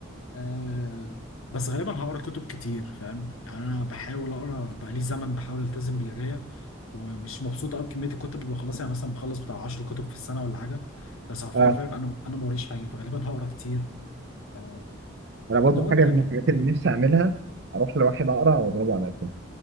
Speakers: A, on the left; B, on the right.
A: آه بس غالبا هقرا كتب كتير فاهم يعني انا بحاول اقرا بقالي زمن بحاول التزم بالقرايه ومش مبسوط قوي بكميه الكتب اللي بخلصها يعني مثلا بخلص بتاع 10 كتب في السنه ولا حاجه بس حرفيا
B: اه
A: فاهم انا انا ما وريش حاجه فغالبا هقرا كتير آه
B: انا برضه
A: لان هو انت
B: حاجة من الحاجات اللي نفسي اعملها اروح لواحد اقرع واضربه على قفاه